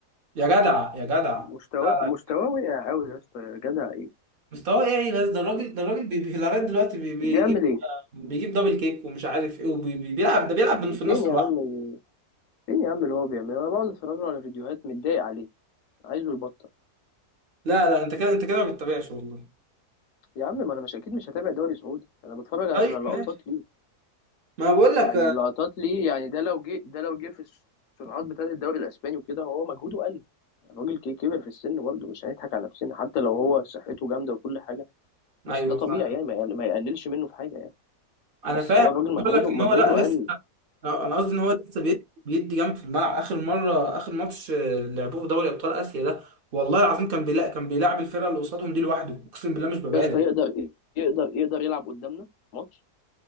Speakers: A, on the right; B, on the left.
A: يا جدع يا جدع
B: مستواه
A: لا
B: مستواه
A: لا
B: وقع قوي يا اسطى يا جدع ايه
A: مستواه يعني بس ده الراجل ده الراجل بي- بي- لغايه دلوقتي بي- بيجيب
B: بيعمل ايه
A: بيجيب دبل كيك ومش عارف ايه وبيلعب ده بيلعب من في النص
B: فين يا
A: لوحده
B: عم فين يا عم اللي هو بيعمله انا بقعد اتفرج له على فيديوهات متضايق عليه عايزه يبطل
A: لا لا انت كده انت كده ما بتتابعش والله
B: يا عم ما انا مش اكيد مش هتابع دوري سعودي انا بتفرج على
A: طيب
B: لقطات
A: ماشي
B: ليه
A: ما بقول
B: يعني
A: لك آه،
B: اللقطات ليه يعني ده لو جه ده لو جه في السرعات بتاعه الدوري الاسباني وكده هو مجهوده قل الراجل كي- كبر في السن برضه مش هنضحك على نفسنا حتى لو هو صحته جامده وكل حاجه بس
A: ايوه
B: ده طبيعي
A: صح
B: يعني ما يقل- ما يقللش منه في حاجه يعني
A: انا
B: بس
A: فاهم
B: هو الراجل مجهوده
A: بقول لك
B: مجهوده
A: ان هو لا لسه
B: قل
A: انا أنا قصدي ان هو لسه بيد- بيدي جنب في الملعب اخر مره اخر ماتش آه، لعبوه في دوري ابطال اسيا ده والله العظيم كان بيلاعب كان بيلاعب الفرقه اللي قصادهم دي لوحده اقسم بالله مش ببالغ
B: يا اسطى يقدر يقدر يقدر يلعب قدامنا ماتش